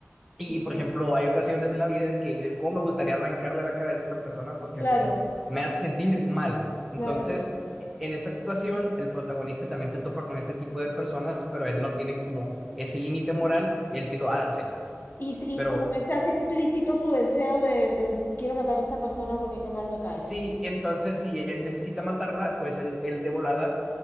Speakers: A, in the centre; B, on the left (about 45°).
A: Y, por
B: ya.
A: ejemplo, hay ocasiones en la vida en que dices, ¿cómo me gustaría arrancarle la cabeza a esta persona porque
B: Claro,
A: me, me hace sentir mal? Entonces,
B: claro.
A: e- en esta situación, el protagonista también se topa con este tipo de personas, pero él no tiene como ese límite moral, él sí lo hace, pues.
B: Y, s- y
A: Pero
B: como que se hace explícito su deseo de, de quiero matar a esta persona porque qué mal me cae.
A: Sí, entonces si él necesita matarla, pues él, él de volada,